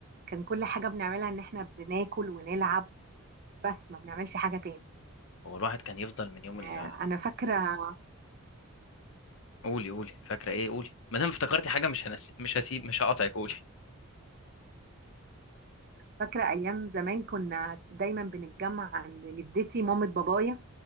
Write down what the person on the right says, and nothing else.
كان كل حاجة بنعملها إن إحنا بناكل ونلعب بس ما بنعملش حاجة تاني
آه أنا فاكرة
فاكرة أيام زمان كنا دايما بنتجمع عند جدتي مامة بابايا